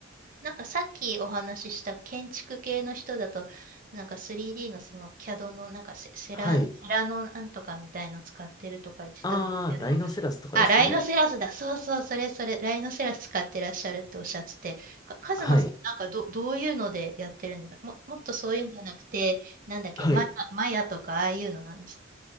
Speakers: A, on the right; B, on the left.
A: なんかさっきお話しした建築系の人だと、なんか 3D のその CAD のなんかセ、セラ、
B: はい。
A: セラのなんとかみたいの使ってるとか言ってたんですけど、
B: ああ、ライノセラスとかですかね。
A: あ、ライノセラスだ。そうそう、それそれ、ライノセラス使ってらっしゃるっておっしゃってて、かカズマさん、
B: はい。
A: なんかど、どういうのでやってるんですかも、もっとそういうんじゃなくて、なんだっけ、
B: はい。
A: マヤ、マヤとかああいうのなんですか